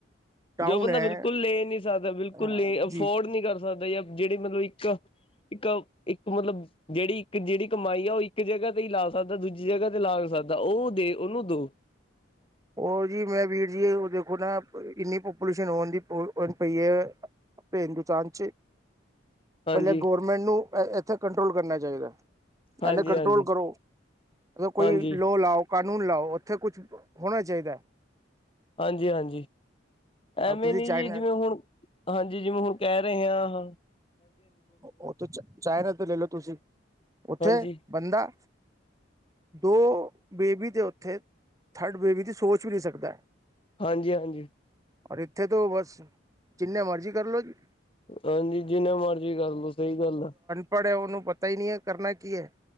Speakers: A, on the right; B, on the left.
A: ਡਾਊਨ
B: ਜੋ ਬੰਦਾ
A: ਹੈ
B: ਬਿਲਕੁਲ ਲੇ ਨੀ ਸਕਦਾ ਬਿਲਕੁਲ
A: ਹਾਂ
B: ਲੇ ਅਫੋਰਡ
A: ਜੀ
B: ਨੀ ਕਰ ਸਕਦਾ ਯਾਂ ਜੇੜੀ ਮਤਲਬ ਇੱਕ ਇੱਕ-ਇੱਕ ਮਤਲਬ ਜੇੜੀ ਇੱਕ ਜੇੜੀ ਕਮਾਈ ਆ ਓ ਇੱਕ ਜਗ੍ਹਾ ਤੇ ਈ ਲਾ ਸਕਦਾ ਦੂਜੀ ਜਗ੍ਹਾ ਤੇ ਲਾ ਨੀ ਸਕਦਾ ਓ ਤੇ ਓਨੂੰ ਦੋ।
A: ਓ ਜੀ ਮੈਂ ਵੀਰ ਜੀ ਓ ਦੇਖੋ ਨਾ ਇੰਨੀ ਪਪੂਲੇਸ਼ਨ ਹੋਣ ਦੀੋ ਪ ਪਈ ਐ ਅਪਣੇ ਹਿੰਦੁਸਾਨ ਚ
B: ਹਾਂਜੀ
A: ਪੈਲੇ ਗੌਰਮੈਂਟ ਨੂੰ ਐਥੇ ਕੰਟਰੋਲ ਕਰਨਾ ਚਾਇਦਾ। ਪੈਲੇ
B: ਹਾਂਜੀ
A: ਕੰਟਰੋਲ
B: ਹਾਂਜੀ
A: ਕਰੋ ਅਗਰ ਕੋਈ
B: ਹਾਂਜੀ,
A: ਲੋਅ ਲਾਓ ਕਾਨੂੰਨ ਲਾਓ ਓਥੇ ਕੁਛ ਹੋਣਾ ਚਾਇਦੈ।
B: ਹਾਂਜੀ-ਹਾਂਜੀ ਐਵੇਂ
A: ਤੁਸੀਂ
B: ਨੀ
A: ਚਾਈਨਾ
B: ਜੀ ਜਿਵੇਂ ਹੁਣ ਹਾਂਜੀ ਜਿਵੇਂ ਹੁਣ ਕੈ ਰੇ ਆਹ
A: ਓ ਓਥੇ ਚ ਚਾਰ ਹਫਤੇ ਲੇਲੋ ਤੁਸੀਂ ਓਥੇ
B: ਹਾਂਜੀ,
A: ਬੰਦਾ ਦੋ ਬੇਬੀ ਦੇ ਓਥੇ ਥਰਡ ਵੇਵੀ ਦੀ ਸੋਚ ਵੀ ਨੀ ਸਕਦਾ ਐ।
B: ਹਾਂਜੀ-ਹਾਂਜੀ।
A: ਔਰ ਇੱਥੇ ਤ ਬਸ ਜਿੰਨੇ ਮਰਜ਼ੀ ਕਰਲੋ ਜੀ।
B: ਹਾਂਜੀ ਜਿੰਨਾ ਮਰਜ਼ੀ ਕਰ ਲੋ ਸਈ ਗੱਲ ਐ।
A: ਪੜ੍ਹਿਆ ਓਨੂੰ ਪਤਾ ਈ ਨੀ ਐ ਕਰਨਾ ਕੀ ਐ।